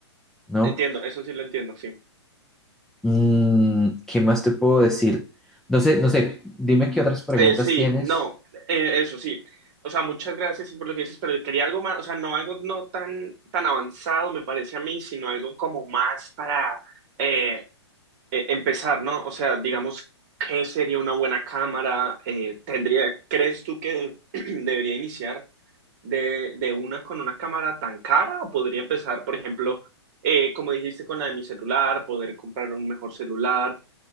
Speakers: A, in the centre; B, on the right.
A: ¿no?
B: entiendo, eso sí lo entiendo, sí.
A: Mm, ¿qué más te puedo decir? No sé, no sé, dime qué otras preguntas
B: Eh, sí,
A: tienes.
B: no, eh, eso sí. O sea, muchas gracias por lo que dices, pero quería algo más, o sea, no algo no tan, tan avanzado, me parece a mí, sino algo como más para eh, eh, empezar, ¿no? O sea, digamos, ¿qué sería una buena cámara? Eh, tendría, ¿crees tú que <clears throat> debería iniciar de, de una con una cámara tan cara? ¿O podría empezar, por ejemplo, eh, como dijiste, con la de mi celular, poder comprar un mejor celular?